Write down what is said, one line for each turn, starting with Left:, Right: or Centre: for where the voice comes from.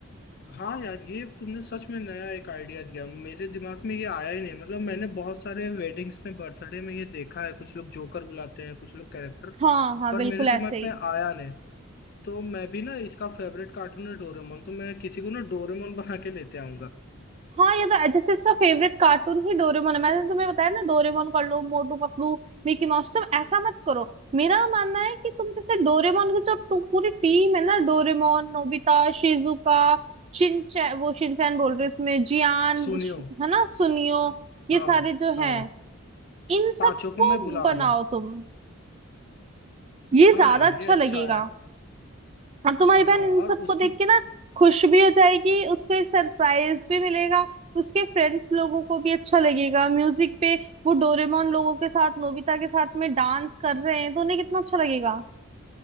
Left: हाँ यार ये तुमने सच में नया एक आइडिया दिया मेरे दिमाग में ये आया ही नहीं मतलब मैंने बहुत सारे वेडिंग्स में बर्थडे में ये देखा है कुछ लोग जोकर बुलाते हैं कुछ लोग कैरेक्टर
Right: हाँ हाँ
Left: पर
Right: बिल्कुल
Left: मेरे
Right: ऐसे
Left: दिमाग
Right: ही
Left: में आया नहीं तो मैं भी ना इसका फेवरेट कार्टून है डोरेमोन तो मैं किसी को ना डोरेमोन बना के लेते आऊंगा
Right: हाँ ये तो जैसे इसका फेवरेट कार्टून ही डोरेमोन है मैंने तुम्हें बताया ना डोरेमोन कर लो मोटू पतलू मिकी माउस तुम ऐसा मत करो मेरा मानना है कि तुम जैसे डोरेमोन की जो टू- पूरी टीम है ना डोरेमोन नोबिता शिजुका शिनचैन वो शिनचैन बोल रही हूँ इसमें जियान
Left: सुनियो
Right: श- है ना सुनियो ये
Left: हाँ
Right: सारे जो
Left: हाँ
Right: हैं इन
Left: पांचों
Right: सबको
Left: को मैं बुला
Right: बनाओ
Left: लूं
Right: तुम ये
Left: हाँ
Right: ज्यादा
Left: यार
Right: अच्छा
Left: ये
Right: लगेगा
Left: अच्छा है
Right: और तुम्हारी
Left: हाँ
Right: बहन इन सबको
Left: और उसकी
Right: देख के ना खुश भी हो जाएगी उसको एक सरप्राइज भी मिलेगा उसके फ्रेंड्स लोगों को भी अच्छा लगेगा म्यूजिक पे वो डोरेमोन लोगों के साथ नोबिता के साथ में डांस कर रहे हैं तो उन्हें कितना अच्छा लगेगा